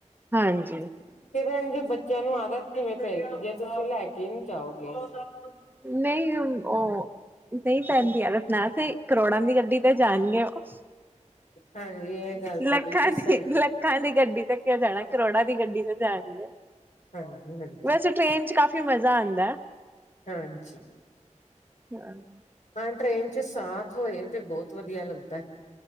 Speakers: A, on the right; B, on the left.
A: ਹਾਂਜੀ
B: ਫਿਰ ਇਹ ਜੇ ਬੱਚਿਆਂ ਨੂੰ ਆਦਤ ਧੀਂ ਪੈ ਤੁਸੀਂ ਲੈ ਕੇ ਨਹੀਂੀ ਜਾਓਗੇ ਹ
A: ਨਹੀਂ ਉਹ ਨਹੀਂ ਪੈਂਦੀਆਂ ਦ ਸੁਣਾ ਸੀ ਕਰੋੜਾਂ ਦੀ ਗੱਡੀ ਤੇ ਜਾਣਗੇ ਉਹ
B: ਹਾਂਜੀ ਇਹ ਗੱਲ
A: ਲੱਖਾਂ
B: ਤਾਂ ਬਿਲਕੁਲ ਸਹੀ
A: ਦੀ
B: ਹੈ
A: ਲੱਖਾਂ ਦੀ ਗੱਡੀ ਤੇੱਕਉ ਜਾਣਾ ਕਰੋੜਾਂ ਦੀ ਗੱਡੀ ਜਾਣਏ
B: ਹਾਂਜੀ ਹਾਂਜੀ।
A: ਵੈਸੇ ਟ੍ਰੇਨ ਚਚ ਕਾਫੀ ਮਜ਼ਾ ਆਉਂਦਾ
B: ਹਾਂਜੀ
A: ਹਮ
B: ਹਾਂ ਟ੍ਰਰੇਨ ਚ ਸਾਥ ਹੋਏ ਤੇ ਬਹੁਤ ਵਧੀਆ ਲੱਗਦਾ